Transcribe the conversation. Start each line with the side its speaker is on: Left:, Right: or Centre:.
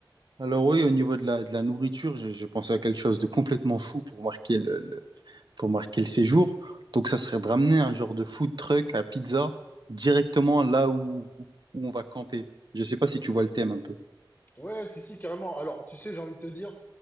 Right: Alors oui, au niveau de la, de la nourriture, j'ai j'ai pensé à quelque chose de complètement fou pour marquer le, le- pour marquer le séjour. Donc ça serait de ramener un genre de food truck à pizza directement là où, où on va camper. Je sais pas si tu vois le thème un peu.
Left: Ouais, si, si, carrément. Alors, tu sais, j'ai envie de te dire,